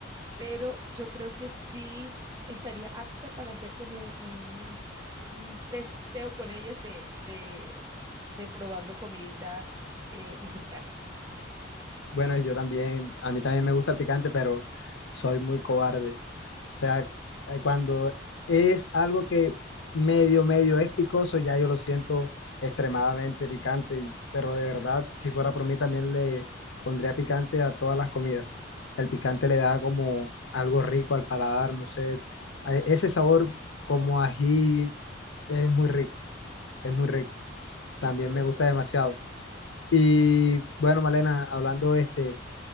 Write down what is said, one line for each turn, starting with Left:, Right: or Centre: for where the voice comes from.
Right: pero yo creo que sí estaría apta para hacer como un, un testeo con ellos de, de, de probando comidita eh, mexicana.
Left: Bueno, y yo también, a mí también me gusta el picante, pero soy muy cobarde. O sea, eh, cuando es algo que medio, medio es picoso, ya yo lo siento extremadamente picante, y- pero de verdad, si fuera por mí, también le pondría picante a todas las comidas. El picante le da como algo rico al paladar, no sé, a- ese sabor como ají es muy rico, es muy rico.
Right: Estoy
Left: también
Right: de
Left: me
Right: acuerdo.
Left: gusta demasiado. Y bueno, Malena, hablando este